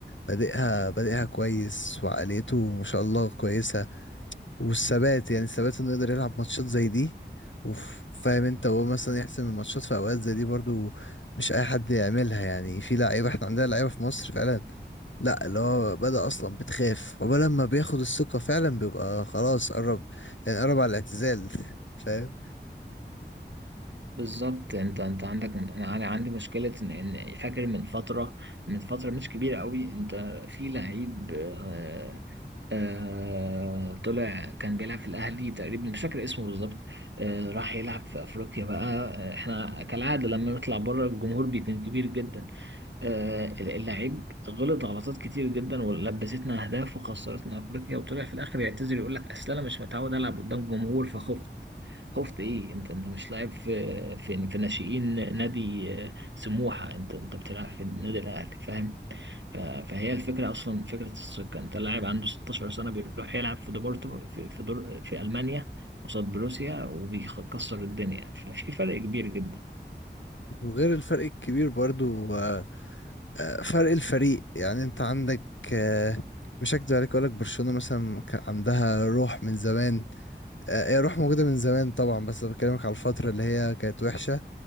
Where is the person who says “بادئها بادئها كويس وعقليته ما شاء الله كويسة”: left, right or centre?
Left